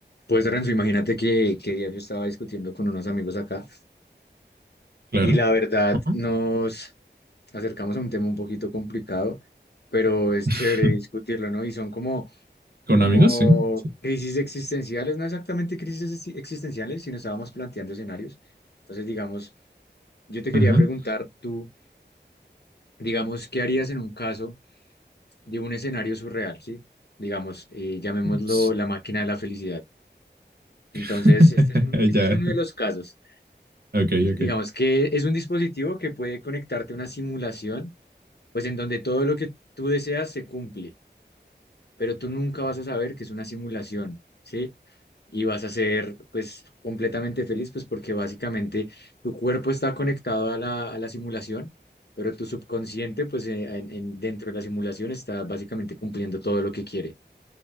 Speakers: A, on the left; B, on the right.
A: Pues Renzo, imagínate que, que ayer yo estaba discutiendo con unos amigos acá
B: Claro.
A: y la verdad
B: Ajá.
A: nos acercamos a un tema un poquito complicado, pero es
B: <laughs>
A: chévere discutirlo, ¿no? Y son como,
B: Con
A: como
B: amigos, sí. sí.
A: crisis existenciales, no exactamente crisis exi- existenciales, sino estábamos planteando escenarios. Entonces, digamos, yo te
B: Ajá.
A: quería preguntar tú, digamos, ¿qué harías en un caso de un escenario surreal, ¿sí? Digamos, eh, llamémoslo
B: S-
A: la máquina de la felicidad. Entonces,
B: <laughs>
A: este es un- este
B: Ya.
A: es uno de los casos.
B: Ok, ok.
A: digamos que es un dispositivo que puede conectarte a una simulación, pues en donde todo lo que tú deseas se cumple, pero tú nunca vas a saber que es una simulación, ¿sí? Y vas a ser pues completamente feliz, pues porque básicamente tu cuerpo está conectado a la, a la simulación, pero tu subconsciente pues eh, en- en- dentro de la simulación está básicamente cumpliendo todo lo que quiere.